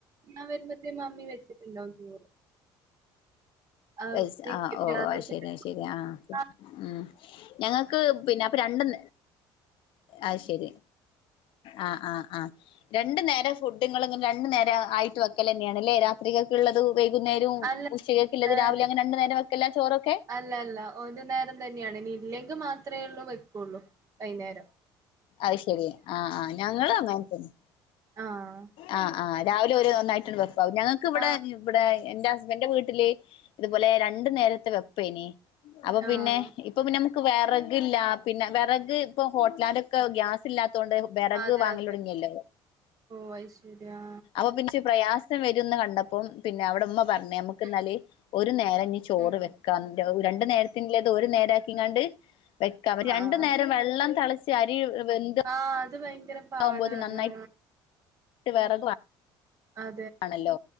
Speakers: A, on the right; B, on the left.
A: ഞാൻ വരുമ്പത്തേന് മാമ്മി വെച്ചിട്ടുണ്ടാകും ചോറ് അത്
B: റൈസ്
A: വെക്കും
B: ആ ഓ
A: രാത്രി
B: അയിശരി അയിശരി ആ
A: ക്കും
B: ഉം ഞങ്ങ ക്ക് പിന്നെ അപ്പ രണ്ടും ആയിശരി ആഹ് ആഹ് ആഹ് രണ്ടു നേരം ഫുഡ് ഇങ്ങള് രണ്ടു നേരം ആയിട്ട് വെക്കല് തന്നെയാണ് അല്ലേ രാ ത്രികക്ക്ളളത് വൈകുന്നേരവും
A: അല്ല
B: ഉച്ചക്കേക്കിള്ളത്
A: ഏഹ്
B: രാവിലെ അങ്ങനെ രണ്ടു നേരം വെക്കല്ല ചോറൊക്കെ
A: അല്ല അല്ല ഒരു നേരം തന്നെയാണ് ഇനി ഇല്ലെങ്കിൽ മാത്രമേ ഉള്ളൂ വെക്കുള്ളൂ വൈയ്യുന്നേരം
B: അത്ശരി ആ ആ ഞങ്ങളും അങ്ങനെ തന്നെ
A: ആഹ്
B: ആഹ് ആഹ് രാവിലെ ഒരു ഒന്നായിഡ് വെപ്പാവും ഞങ്ങക്ക് ഇവിടെ
A: ആഹ്
B: ഇവിടെ എന്റെ ഹസ്ബൻഡിന്റെ വീട്ടില് ഇതുപോലെ
A: ഉം
B: രണ്ടു നേരത്തെ വെപ്പാ ഇനി അപ്പ പിന്നെ
A: ആഹ്
B: ഇപ്പ പിന്നെ നമുക്ക് വിറകില്ല പിന്നെ വിറക് ഇപ്പോ ഹോട്ടലാൻഡൊക്കെ ഗ്യാസ് ഇല്ലാത്തോണ്ട് വെറക്
A: അതെ
B: വാങ്ങല്
A: അതെ
B: തൊടങ്ങിയല്ലോ
A: ഓ അയിശെരിയാ
B: അപ്പൊ പിന്നെ ഇച്ചിരി പ്രയാസം വരുംന്ന് കണ്ടപ്പം പിന്നെ അവിടിമ്മാ പറഞ്ഞ് നമുക്കിന്നാല്
A: ഉം
B: ഒരു നേരം ഇനി ചോറ്
A: ഉം
B: വെ ക്കാം രണ്ടു നേരത്തിനില്ലാതെ ഒരു നേരം ആക്കി ഇങ്ങാണ്ട് വെക്കാം അപ്പൊ രണ്ടു
A: ആഹ് ആഹ്
B: നേരം വെള്ളം തെളച്ച് അരി വെന്ത്
A: ആഹ് അത് ഭയങ്കരം പാടാണ്
B: ആവുമ്പോത്തിന് നന്നായിട്ട്
A: ആഹ് ഉം
B: വെറക്
A: അതെ അതെ
B: വാണല്ലോ